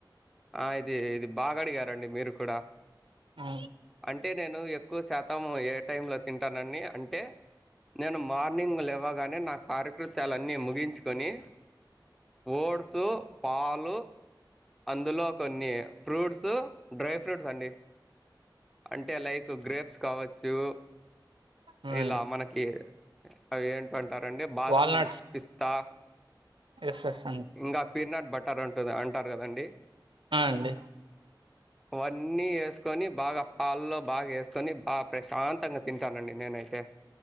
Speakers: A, in the centre; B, on the right.
A: ఆ ఇది ఇది బాగాడిగారండి మీరు కూడా
B: ఆ!
A: అంటే నేను ఎక్కువ శాతం ఏ టైంలో తింటానని అంటే నేను మార్నింగ లేవ్వగానే నా కార్యకృతాలన్ని ముగించుకొని ఓడ్సు పాలు అందులో కొన్ని ఫ్రూట్స్ డ్రై ఫ్రూట్స్ అండి అంటే లైక్ గ్రేప్స్ కావచ్చు
B: ఆ!
A: ఇలా
B: అండి
A: మనకి అవి ఏంటంటారండి బాదం
B: వాల్నట్స్
A: పిస్తా
B: ఎస్ ఎస్ అన్
A: ఇంకా పీనట్ బటర్ ఉంటుంది అంటారు కదండి
B: ఆ అండి
A: అవన్నీ వేసుకొని బాగా పాల్లో బాగా వేసుకొని బాగా ప్రశాంతంగా తింటానండి నేను అయితే